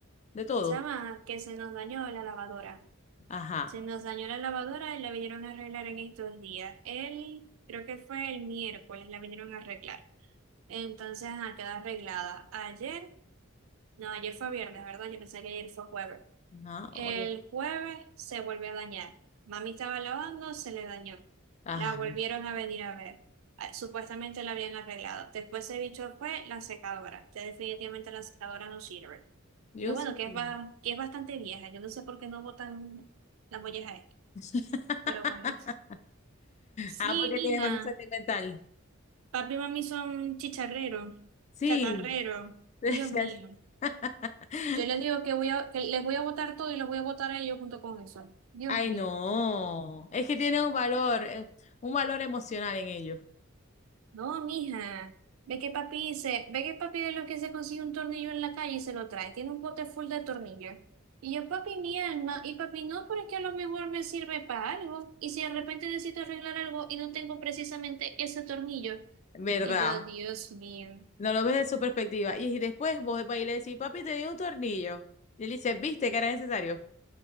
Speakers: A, on the left; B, on the right.
A: de todo.
B: chama, que se nos dañó la lavadora.
A: Ajá.
B: Se nos dañó la lavadora y la vinieron a arreglar en estos días. El, creo que fue el miércoles, la vinieron a arreglar. Entonces, ah, quedó arreglada. Ayer, no, ayer fue viernes, ¿verdad? Yo pensé que ayer fue jueves.
A: Ajá.
B: El
A: oye.
B: jueves se volvió a dañar. Mami estaba lavando, se le dañó.
A: Ajá.
B: La volvieron a venir a ver. Ah, Supuestamente la habían arreglado. Después se bicho fue la secadora. Que Definitivamente la secadora no sirve.
A: Dios
B: Que bueno,
A: mío.
B: que es, ba- que es bastante vieja. Yo no sé por qué no botan la molleja esta.
A: <laughs>
B: Pero bueno. Sí,
A: Ah, porque
B: mija.
A: tiene un sentimental.
B: Papi y mami son chicharreros,
A: Sí.
B: chatarreros.
A: <laughs>
B: Dios mío. Yo les digo que voy a, que les voy a botar todo y los voy a botar a ellos junto con eso. Dios
A: Ay,
B: mío.
A: no. Es que tiene un valor, eh, un valor emocional en ello.
B: No, mija, ve que papi dice, ve que papi de los que se consigue un tornillo en la calle y se lo trae, tiene un bote full de tornillos. Y yo, papi, mi alma, y papi, no, pero es que a lo mejor me sirve para algo. Y si de repente necesito arreglar algo y no tengo precisamente ese tornillo.
A: ¿Verdad?
B: Y yo, Dios mío,
A: No lo ves de su perspectiva. Y después vos vas y le decís, papi, te dio un tornillo. Y él dice, ¿viste que era necesario?